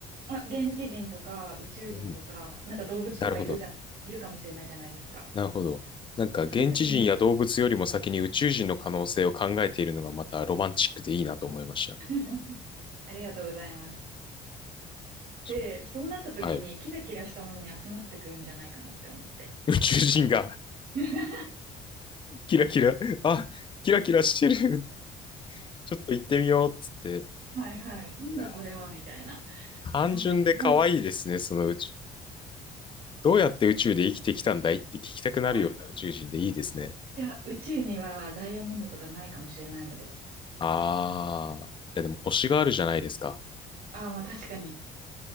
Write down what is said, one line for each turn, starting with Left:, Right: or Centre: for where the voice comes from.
Right: あ、現地人とか、宇宙人とか、
Left: うん。
Right: なんか動物とかいるじゃん、
Left: なるほど。
Right: いるかもしれないじゃないですか。
Left: なるほど。なんか、現地人や動物よりも先に宇宙人の可能性を考えているのがまたロマンチックでいいなと思いました。
Right: その時に <laughs> ありがとうございます。
Left: そう。
Right: で、そうなった時にキラキラしたものに集まってくるんじゃないかなって思って。
Left: はい。宇宙人が
Right: <laughs>
Left: <laughs> キラキラ、あ、キラキラしてる。ちょっと行ってみようっつって。
Right: はいはい。なんだこれはみたいな。
Left: いや単純で可愛いですね、
Right: なんか今まで、
Left: その宇宙。どうやって宇宙で生きてきたんだいって聞きたくなるような宇宙人でいいですね。
Right: <laughs> いや、宇宙にはダイヤモンドとかないかもしれないので。
Left: ああ。いや、でも星があるじゃないですか。
Right: ああ、まあ確かに。